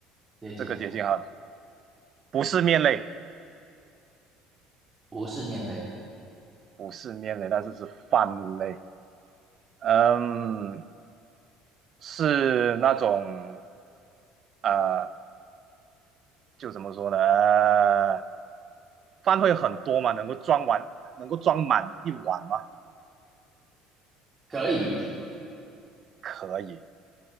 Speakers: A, on the right; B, on the right.
A: 接近啊，
B: 这个接近哈，不是面类，
A: 不是面类，
B: 不是面类，但是是饭类。嗯，是那种呃，就怎么说呢？呃饭会很多吗？能够装完，能够装满一碗吗？
A: 可以，
B: 可以。